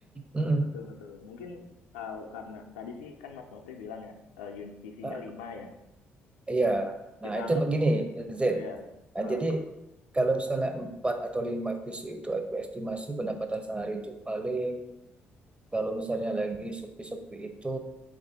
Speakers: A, on the right; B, on the left.
A: Mm-mm.
B: Betul betul. Mungkin kalau karena tadi sih kan Mas Nofri bilang ya eh, unit isinya
A: Ah,
B: 5 ya.
A: Iya. Nah,
B: Kita
A: itu
B: anggap
A: begini Z.
B: ya.
A: Nah,
B: eh,
A: jadi kalau misalnya 4 atau 5 PC itu aku estimasi pendapatan sehari itu paling kalau misalnya lagi sepi-sepi itu